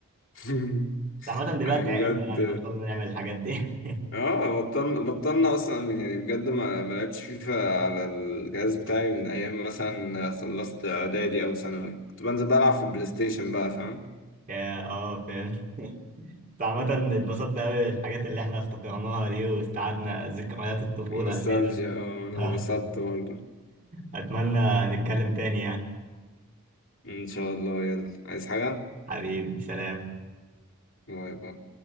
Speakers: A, on the left; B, on the right.
A: <laughs>
B: بس عامة دلوقتي
A: يعني
B: عقلنا
A: بجد
B: يعني بطلنا نعمل الحاجات دي
A: اه بطلنا بطلنا اصلا يعني بجد ما ما لعبتش فيفا على الجهاز بتاعي من ايام مثلا خلصت اعدادي او ثانوي كنت بنزل بلعب في البلاي ستيشن بقى فاهم
B: <laughs> يا- اه فاهم بس عامة اتبسطت قوي بالحاجات اللي احنا افتكرناها دي واستعدنا ذكريات الطفولة
A: نوستالجيا
B: الحلوة
A: آه، انا
B: <laughs>
A: اتبسطت برضه
B: أتمنى نتكلم تاني يعني
A: ان شاء الله يلا عايز حاجة؟
B: حبيبي سلام
A: باي باي